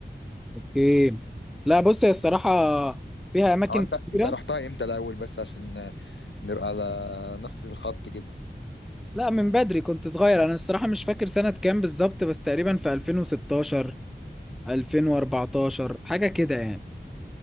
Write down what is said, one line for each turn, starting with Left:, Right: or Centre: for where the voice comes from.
Centre: اوكي لا بص هي الصراحة فيها اماكن
Left: اه انت
Centre: كتيرة
Left: انت رحتها امتى الاول بس عشان آه، نبقى على نفس الخط كده
Centre: لا من بدري كنت صغير انا الصراحة مش فاكر سنة كام بالظبط بس تقريبا في 2016 2014 حاجة كده يعني